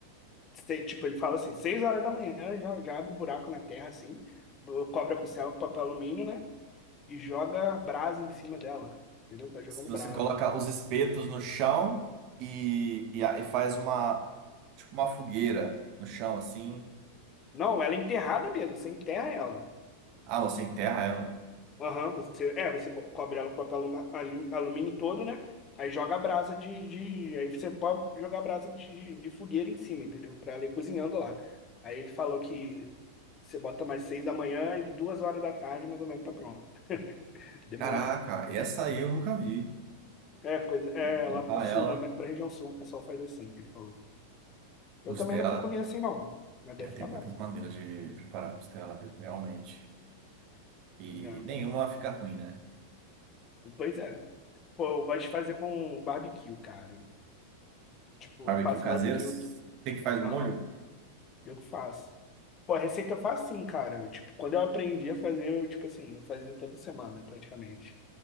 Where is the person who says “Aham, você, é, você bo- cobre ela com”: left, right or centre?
Left